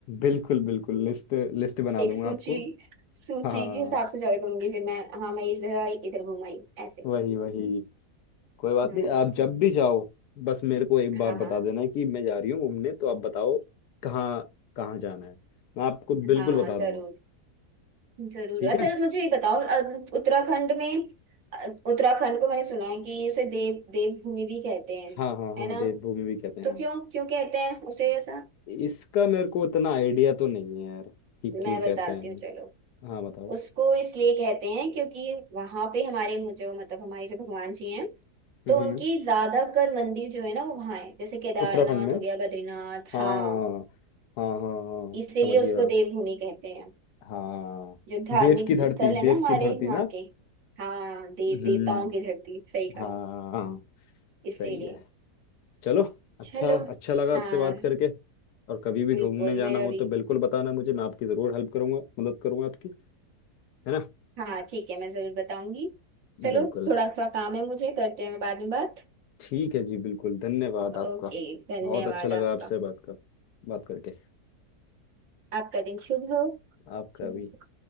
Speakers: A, on the left; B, on the right.
A: बिल्कुल बिल्कुल लिस्ट लिस्ट बना
B: एक
A: दूंगा
B: सूची
A: आपको
B: सूची
A: हाँ
B: के हिसाब से जॉय करूंगी फिर मैं हाँ मैं इधर आई इधर घूम आई ऐसे
A: वही वही कोई बात
B: हम्म
A: नहीं आप जब भी जाओ बस मेरे को एक
B: हाँ
A: बार
B: हाँ
A: बता देना कि मैं जा रही हूँ घूमने तो आप बताओ कहाँ कहाँ जाना है मैं आपको बिल्कुल
B: हाँ
A: बता दूंगा
B: जरूर जरूर
A: ठीक
B: अच्छा
A: है
B: मुझे ये बताओ अ, उत्तराखंड में अ, उत्तराखंड को मैंने सुना है कि उसे देव देवभूमि भी कहते हैं
A: हाँ हाँ हाँ
B: है ना
A: देवभूमि भी कहते हैं
B: तो
A: हाँ
B: क्यों क्यों कहते हैं उसे ऐसा
A: इसका मेरे को उतना आइडिया तो नहीं है यार कि
B: मैं
A: क्यों
B: बताती
A: कहते हैं
B: हूँ चलो
A: हाँ बताओ
B: उसको इसलिए कहते हैं क्योंकि वहां पे हमारे मुझे मतलब हमारे जो भगवान जी हैं
A: हम्म
B: तो उनकी ज्यादातर मंदिर जो है ना वो वहां है जैसे केदारनाथ
A: उत्तराखंड में
B: हो गया बद्रीनाथ
A: हाँ
B: हाँ
A: हाँ हाँ हाँ
B: इसीलिए
A: समझ गया
B: उसको देवभूमि कहते हैं
A: हाँ
B: जो धार्मिक
A: देव की धरती
B: स्थल है
A: देव
B: ना हमारे
A: की धरती
B: वहाँ
A: ना
B: के हाँ देव
A: हम्म
B: देवताओं की धरती सही कहा
A: हाँ सही
B: इसीलिए
A: है चलो अच्छा
B: चलो
A: अच्छा लगा आपसे
B: हाँ
A: बात करके और कभी भी
B: बिल्कुल
A: घूमने जाना
B: मेरा
A: हो तो
B: भी
A: बिल्कुल बताना मुझे मैं आपकी जरूर हेल्प करूंगा मदद करूंगा आपकी है ना
B: हाँ ठीक है मैं जरूर बताऊंगी चलो
A: बिल्कुल
B: थोड़ा सा काम है मुझे करते हैं बाद में बात
A: ठीक है जी बिल्कुल धन्यवाद आपका
B: ओके धन्यवाद
A: बहुत अच्छा लगा
B: आपका
A: आपसे बात कर बात करके
B: आपका दिन शुभ हो
A: आपका
B: शुभ
A: भी